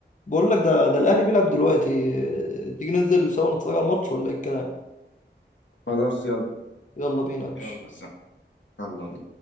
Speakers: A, on the left (about 45°); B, on the left (about 85°).
A: بقول لك ده ده الاهلي بيلعب دلوقتي آه، تيجي ننزل سوا نتفرج على الماتش ولا ايه الكلام
B: خلاص يلا
A: يلا بينا يا باشا
B: يلا سلام يلا